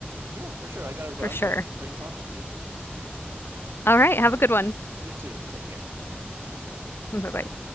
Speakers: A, on the right (about 75°); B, on the left (about 65°).
A: Yeah, for sure. I gotta run,
B: for sure.
A: but great talking to you.
B: All right, have a good one.
A: You too. Take care.
B: Bye-bye.